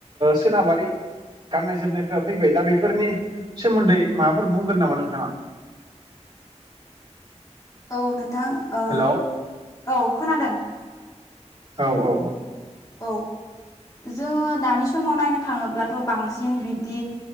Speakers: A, on the right (about 40°); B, on the left (about 30°).
A: सोनाबारि गाननाय जोमनायफोरा फैबाय दा बेफोरनि सोमोन्दै माबाफोर बुंगोन नामा नोंथाङा
B: औ नोंथां ओ
A: हेलौ
B: औ खोनादों
A: औ औ औ
B: औ जोङो दानि समाव नायनो थाङोब्लाथ' बांसिन बिब्दि